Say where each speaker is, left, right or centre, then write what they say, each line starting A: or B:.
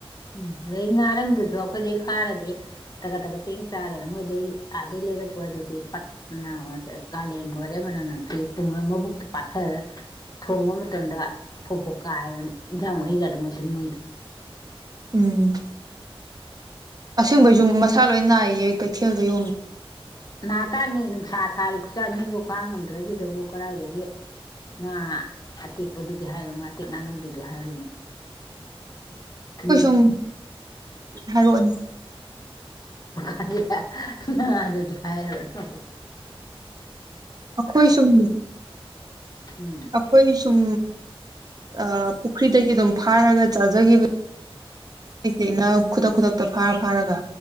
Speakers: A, on the left (about 40°); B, on the right (about 40°).
A: ꯎꯝ, ꯑꯗꯩꯩ ꯉꯥꯔꯪꯒꯤꯁꯨ ꯑꯈꯣꯏꯗꯩ ꯐꯥꯔꯗꯤ ꯇꯒꯠ ꯇꯒꯠ ꯇꯦꯡꯅ ꯆꯥꯔꯦ, ꯃꯣꯏꯗꯩ ꯑꯥꯗꯩꯩ ꯂꯩꯔꯛꯄꯗꯨꯗꯤ ꯄꯠ <unintelligible> ꯀꯥꯂꯦꯟꯒ ꯑꯣꯏꯔꯦ ꯃꯅꯝ ꯅꯝꯊꯤꯒꯩ ꯄꯨꯝꯃ ꯃꯕꯨꯛꯇꯣ ꯄꯥꯛꯊꯔ ꯊꯣꯡꯕ ꯃꯇꯝꯗ ꯐꯣꯛ ꯐꯣꯛ ꯀꯥꯏꯔꯗꯅ, ꯏꯟꯖꯥꯡ ꯃꯍꯤꯒꯗꯣ ꯃꯨꯁꯤꯟ ꯃꯨꯏꯗ꯫
B: ꯎꯝ ꯑꯁꯦꯡꯕꯩꯁꯨ ꯃꯁꯥꯂꯣꯏ ꯅꯥꯏꯌꯦ ꯀꯩꯊꯦꯜꯗ ꯌꯣꯟ
A: ꯍꯥ ꯇꯥꯅꯤ ꯅꯨꯡꯁꯥ ꯁꯥꯔꯤ ꯈꯨꯆꯥꯥꯏ ꯃꯤꯕꯨ ꯈꯥꯡꯉꯝꯗ꯭ꯔ ꯁꯤꯗꯕꯨ ꯀꯗꯥꯏꯗꯒꯤ ꯉꯥ ꯑꯇꯦꯛꯄꯗꯨꯗꯤ ꯍꯥꯏꯔꯨꯅ ꯉꯥꯇꯦꯛ ꯉꯥꯅꯧꯗꯨꯗꯤ ꯍꯥꯏꯔꯨꯅꯨ
B: ꯈꯣꯏꯁꯨꯝ
A: ꯃꯤ
B: ꯍꯥꯏꯔꯛꯑꯣꯅꯦ
A: <unintelligible> ꯑꯗꯨꯗꯤ ꯍꯥꯏꯔꯣ ꯑꯣ
B: ꯑꯈꯣꯏꯁꯨꯝ
A: ꯎꯝ
B: ꯑꯈꯣꯏꯅꯤ ꯁꯨꯝ ꯑ ꯄꯨꯈ꯭ꯔꯤꯗꯒꯤꯗꯨꯝ ꯐꯥꯔꯒ ꯆꯥꯖꯈꯤꯕ <unintelligible> ꯈꯨꯗꯛ ꯈꯨꯗꯛꯇ ꯐꯥꯔ ꯐꯥꯔꯒ